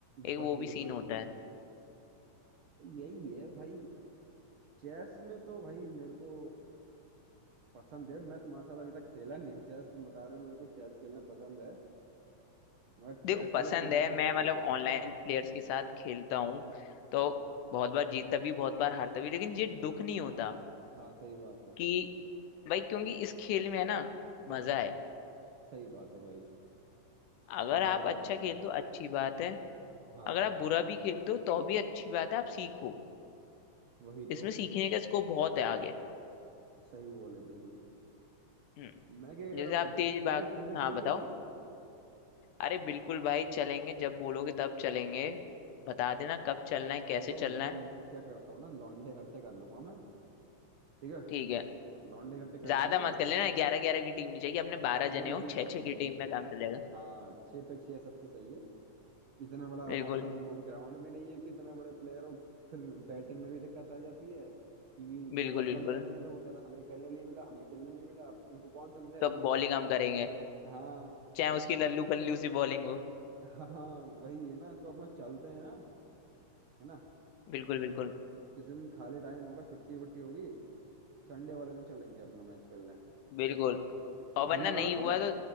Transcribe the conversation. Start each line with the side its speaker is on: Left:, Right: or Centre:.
Left: एक
Right: वही
Left: वो भी सीन
Right: वही
Left: होता है
Right: यही है भाई चेस में तो भाई मेरे को पसंद है मैं तुम्हारे साथ अभी तक खेला नहीं हूँ चेस तुम बता रहे हो मेरे को चेस खेलना पसंद है मगर
Left: देखो
Right: चेस
Left: पसंद
Right: चलो तुम्हारे
Left: है
Right: साथ
Left: मैं
Right: खेलते
Left: मतलब
Right: हैं
Left: ऑनलाइन प्लेयर्स के साथ खेलता हूँ
Right: अच्छा
Left: तो बहुत बार जीतता भी बहुत बार हारता भी लेकिन ये दुख नहीं होता
Right: हाँ हाँ सही बात है
Left: कि भाई क्योंकि इस खेल में है ना
Right: हाँ
Left: मजा है
Right: सही बात है भाई
Left: अगर
Right: मजा
Left: आप अच्छा
Right: तो है
Left: खेलते हो अच्छी बात है
Right: हाँ
Left: अगर आप बुरा भी खेलते हो तो भी अच्छी बात है आप सीखो
Right: वही तो
Left: इसमें सीखने का स्कोप बहुत है आगे
Right: सही बोले बिल्कुल
Left: हम्म,
Right: मैं क्या कह
Left: जैसे
Right: रहा हूँ
Left: आप तेज
Right: क्रिकेट
Left: भाग हम्म।
Right: खेलने चलें
Left: हाँ बताओ
Right: कभी
Left: अरे बिल्कुल भाई चलेंगे जब बोलोगे तब चलेंगे बता देना कब चलना है कैसे
Right: देखो
Left: चलना
Right: मैं
Left: है
Right: मैं क्या करता हूँ ना लौंडे इकट्ठे कर लूंगा मैं ठीक है
Left: ठीक है
Right: लौंडे इकट्ठे कर
Left: ज्यादा
Right: लेंगे
Left: मत कर लेना ग्यारह ग्यारह की टीम नहीं चाहिए अपने बारह
Right: अरे
Left: जने
Right: नहीं
Left: हो
Right: भाई
Left: छह छह
Right: म-
Left: की टीम में काम चल जाएगा
Right: हाँ छः पे छः सबसे सही है इतना बड़ा
Left: बिल्कुल
Right: हमारे पास वो ग्राउंड भी नहीं है कि इतने बड़े प्लेयर हो फिर बैटिंग में भी दिक्कत आ जाती है कि
Left: बिल्कुल
Right: ओवर
Left: बिल्कुल
Right: कम रहते हैं तो वो कहता है हमें खेलने नहीं मिला हमें खेलने नहीं मिला अब उनको कौन समझाए
Left: तो
Right: कि
Left: बॉलिंग हम करेंगे
Right: हाँ
Left: चाहे उसकी लल्लू पल्लू सी बॉलिंग हो
Right: हाँ वही है ना तो अपना चलते हैं ना है ना
Left: बिल्कुल बिल्कुल
Right: किसी दिन खाली टाइम होगा छुट्टी वट्टी होगी संडे वाले दिन चलेंगे अपना मैच खेलने
Left: बिल्कुल और वरना
Right: डन रहा
Left: नहीं हुआ
Right: फिर
Left: तो